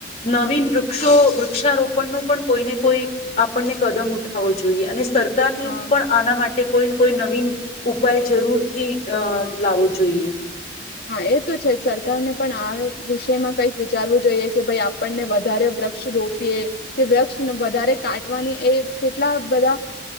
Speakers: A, on the left; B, on the left.
A: નવીન વૃક્ષો
B: હા
A: વૃક્ષારોપણનો પણ કોઈને કોઈ આપણને કદમ ઉઠાવો જોઈએ અને સર પસરકાર ને
B: હા
A: પણ આના માટે કોઈ કોઈ નવીન ઉપાય જરૂર થી અ લાવવો જોઈએ
B: હા એ તો છે સરકારને પણ આ વિષયમાં કંઈક વિચારવું જોઈએ કે ભાઈ આપણને વધારે વૃક્ષ રોપ રોપિયે કે વૃક્ષ ને વધારે કાટવાની એ કેટલા બધા